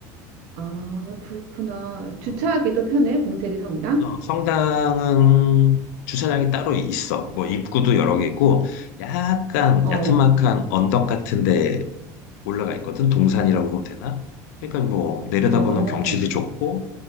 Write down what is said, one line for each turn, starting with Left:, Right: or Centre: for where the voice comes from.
Right: 아, 그렇구나. 주차하기도
Left: 음.
Right: 편해, 공세리 성당?
Left: 어, 성당은 주차장이 따로 있어. 뭐 입구도 여러 개 있고 약간
Right: 어,
Left: 야트막한 언덕 같은데 올라가 있거든. 동산이라고 보면 되나? 그러니까 뭐 내려다보는
Right: 어,
Left: 경치도 좋고